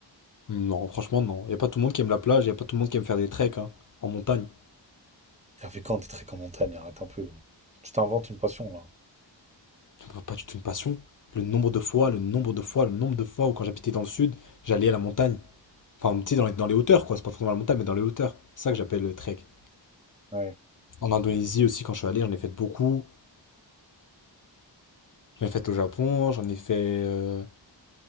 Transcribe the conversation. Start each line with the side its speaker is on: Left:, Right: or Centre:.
Left: Hmm, Non, franchement, non. Y a pas tout le monde qui aime la plage, y a pas tout le monde qui aime faire des treks, hein, en montagne.
Right: T'as fait quand des treks en montagne? Arrête un peu. Tu t'inventes une passion, là.
Left: Pas, pas du tout une passion. Le nombre de fois, le nombre de fois, le nombre de fois où quand j'habitais dans le sud, j'allais à la montagne. Enfin, tu sais, dans les, dans les hauteurs, quoi. C'est pas forcément la montagne, mais dans les hauteurs. C'est ça que j'appelle le trek.
Right: Ouais.
Left: En Indonésie aussi, quand je suis allé, j'en ai fait beaucoup. J'en ai fait au Japon, j'en ai fait, euh,